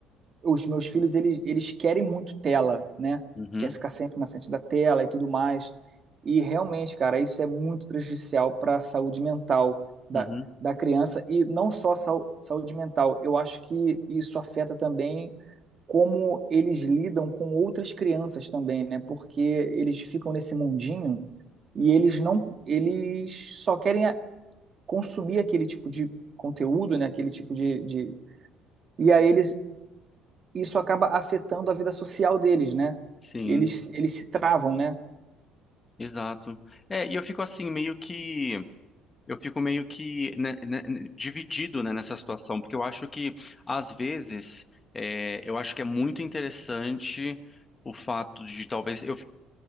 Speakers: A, on the right; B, on the left.
A: os meus filhos, eles, eles querem muito tela, né?
B: uhum,
A: Quer ficar sempre na frente da tela e tudo mais. E realmente, cara, isso é muito prejudicial para a saúde mental da,
B: uhum,
A: da criança e não só sau- saúde mental. Eu acho que isso afeta também como eles lidam com outras crianças também, né? Porque eles ficam nesse mundinho e eles não, eles só querem a- consumir aquele tipo de conteúdo, né? Aquele tipo de, de... E aí eles, isso acaba afetando a vida social deles, né?
B: sim.
A: Eles, eles se travam, né?
B: Exato. É, e eu fico assim, meio que, eu fico meio que né, né, né, dividido, né, nessa situação, porque eu acho que, às vezes, é, eu acho que é muito interessante o fato de talvez, eu,